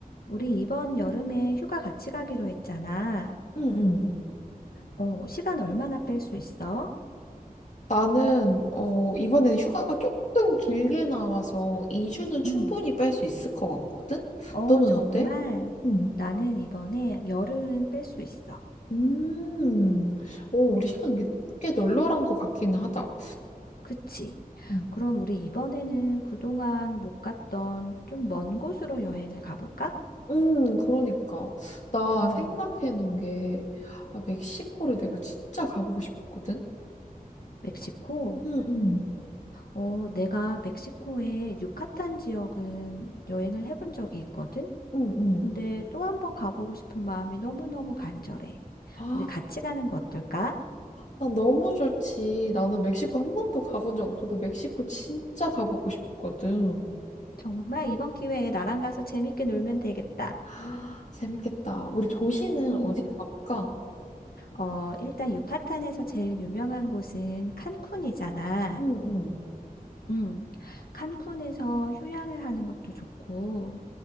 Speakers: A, on the left; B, on the left.
A: 우리 이번 여름에 휴가 같이 가기로 했잖아.
B: 응, 응.
A: 어, 시간 얼마나 뺄 수 있어?
B: 나는, 어, 이번에 휴가가 조금 길게 나와서 2주는 충분히
A: 응,
B: 뺄 수 있을 것 같거든?
A: 어,
B: 너는
A: 정말.
B: 어때? 응.
A: 나는 이번에 열흘은 뺄 수 있어.
B: 음, 오, 우리 시간 꽤, 꽤 널널한 것 같기는 하다.
A: 그치?
B: 음.
A: 그럼 우리 이번에는 그동안 못 갔던 좀 먼 곳으로 여행을 가볼까?
B: 음, 그러니까. 나
A: 응.
B: 생각해 놓은 게, 아, 멕시코를 내가 진짜 가보고 싶었거든?
A: 멕시코?
B: 응, 응.
A: 어, 내가 멕시코의 유카탄 지역은 여행을 해본 적이 있거든?
B: 응, 응.
A: 근데 또 한 번 가보고 싶은 마음이 너무너무 간절해.
B: 아.
A: 우리 같이 가는 거 어떨까?
B: 난 너무 좋지. 나는 멕시코 한 번도 가본 적 없어서 멕시코 진짜 가보고 싶거든.
A: 정말 이번 기회에 나랑 가서 재밌게 놀면 되겠다.
B: 아, 재밌겠다. 우리 도시는
A: 음.
B: 어디로 가볼까?
A: 어, 일단 유카탄에서 제일 유명한 곳은 칸쿤이잖아.
B: 응, 응.
A: 음. 칸쿤에서 휴양을 하는 것도 좋고.